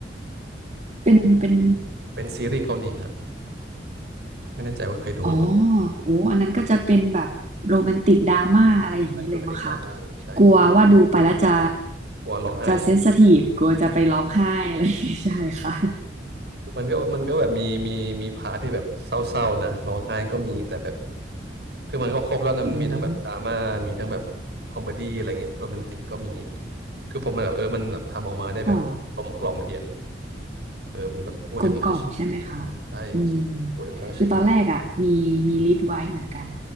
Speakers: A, on the right; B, on the right.
A: เป็นเป็น
B: เป็นซีรีส์เกาหลีฮะไม่แน่ใจว่าเคยดูหรือเปล่า
A: อ๋อโอ้อันนั้นก็จะเป็นแบบโรแมนติกดราม่าอะไรอย่างนี้เลยมั้งคะ
B: ใช่ดูเป็นเด็กดราม่าเลยใช่ครอบ
A: กลัวว่าดูไปแล้วจะ
B: ครัวร้องไห้ใช่
A: จะเซนซิทีฟกลัวจะไปร้องไห้อะไรอย่างงี้ใช่ค่ะ
B: มันก็มันก็แบบมีมีมีพาร์ทที่แบบเศร้าๆนะร้องไห้ก็มีแต่แบบคือมันก็ครบแล้วนะมันมีทั้งแบบดราม่ามีทั้งแบบคอมเมดี้อะไรเงี้ยโรแมนติกก็มี
A: <laughs> อืม
B: คือผมมันแบบเออมันแบบทำออกมาได้แบบกลมกล่อมดีอ่ะ
A: ก็
B: เออมันแบบพูดถึงเรื่องชีอืมใช่
A: กลมกล่อมใช่ไหมคะอืม
B: พูดถึงเรื่องชีวิต
A: คือตอนแรกอ่ะมีมีลิสต์ไว้เหมือนกัน